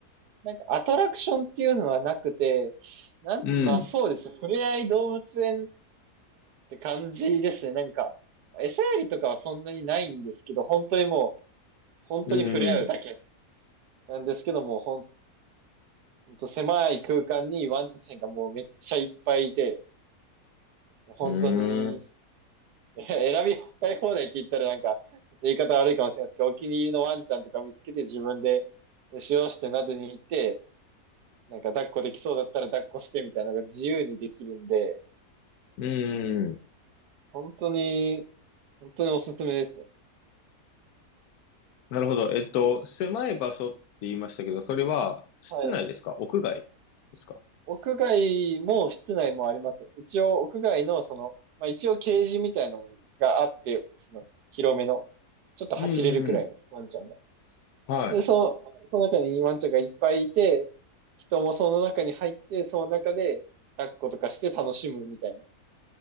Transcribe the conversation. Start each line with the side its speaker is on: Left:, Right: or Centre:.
Right: なんかアトラクションっていうのはなくて、なん、
Left: うん、
Right: まあそうです。ふれあい動物園って感じですね。なんか、餌やりとかはそんなにないんですけど、本当にもう、本当に触れ合うだけ
Left: うん、う
Right: なんですけども、ほん、ほんと狭い空間にワンちゃんがもうめっちゃいっぱいいて、もう本当に、
Left: ーん、
Right: <laughs> 選びたい放題って言ったらなんか、ちょっと言い方悪いかもしれないですけど、お気に入りのワンちゃんとか見つけて自分で使用してなどに行って、なんか抱っこできそうだったら抱っこしてみたいなのが自由にできるんで、
Left: うん。
Right: 本当に、本当におすすめですね
Left: なるほど。えっと、狭い場所って言いましたけど、それは室内ですか屋外ですか
Right: はい。屋外も室内もあります。一応屋外のその、まあ一応ケージみたいなのがあって、その広めの、ちょっと走れるくらいのワンちゃんが。
Left: うん、うん、うん。は
Right: で、そう、その中にイーワンちゃんがいっぱいいて、人もその中に入って、その中で抱っことかして楽しむみたいな。